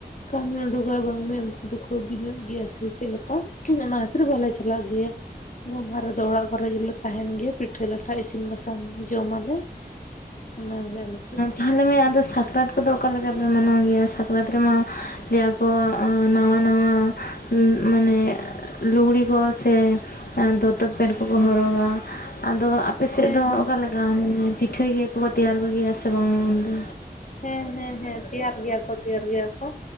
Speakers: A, on the left; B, on the left.
A: ᱠᱟᱹᱢᱤ ᱩᱸᱰᱩᱠᱚᱜᱼᱟ ᱵᱟᱝ ᱢᱮ ᱩᱝᱠᱩ ᱫᱚᱠᱚ ᱵᱤᱧᱩᱜ ᱜᱮᱭᱟ ᱥᱮ ᱪᱮᱫ ᱞᱮᱠᱟ ᱚᱱᱟ ᱠᱷᱟᱹᱛᱤᱨ ᱵᱟᱞᱮ ᱪᱟᱞ ᱪᱟᱞᱟᱜ ᱜᱮᱭᱟ। ᱜᱚᱢᱦᱟ ᱨᱮᱫᱚ ᱚᱲᱟᱜ ᱠᱚᱨᱮ ᱜᱮᱞᱮ ᱛᱟᱦᱮᱱ ᱜᱮᱭᱟ ᱯᱤᱴᱷᱟᱹ ᱞᱟᱴᱷᱟ ᱤᱥᱤᱱ ᱵᱟᱥᱟᱝ ᱡᱚᱢᱟᱞᱮ ᱚᱱᱟ ᱜᱮ ᱟᱞᱮ ᱥᱮᱫ।
B: ᱛᱟᱞᱦᱮ ᱢᱟᱹᱭ ᱟᱫᱚ ᱥᱟᱠᱨᱟᱛ ᱠᱚᱫᱚ ᱚᱠᱟ ᱞᱮᱠᱟᱯᱮ ᱢᱟᱱᱟᱣ ᱜᱮᱭᱟ ᱥᱟᱠᱨᱟᱛ ᱨᱮᱢᱟ ᱞᱟᱹᱭᱟ ᱠᱚ ᱚᱸ ᱱᱟᱶᱟ ᱱᱟᱶᱟ ᱩᱸ ᱢᱟᱱᱮ ᱞᱩᱜᱽᱲᱤ ᱠᱚ ᱥᱮ ᱫᱚᱛᱚ ᱯᱮᱱᱴ ᱠᱚᱠᱚ ᱦᱚᱨᱚᱜᱟ ᱟᱫᱚ ᱟᱯᱮᱥᱮᱫ
A: ᱦᱮᱸ
B: ᱫᱚ
A: ᱦᱮᱸ
B: ᱚᱠᱟᱞᱮᱠᱟ ᱢᱟᱱᱮ ᱯᱤᱴᱷᱟᱹᱭ ᱜᱮᱭᱟᱠᱚ ᱛᱮᱭᱟᱨ ᱠᱚᱜᱮᱭᱟ ᱥᱮ ᱵᱟᱝᱟ ᱩᱱᱫᱚ?
A: ᱦᱮᱸ ᱦᱮᱸ ᱦᱮᱸ ᱛᱮᱭᱟᱨ ᱜᱮᱭᱟ ᱠᱚ ᱛᱮᱭᱟᱨ ᱜᱮᱭᱟ ᱠᱚ᱾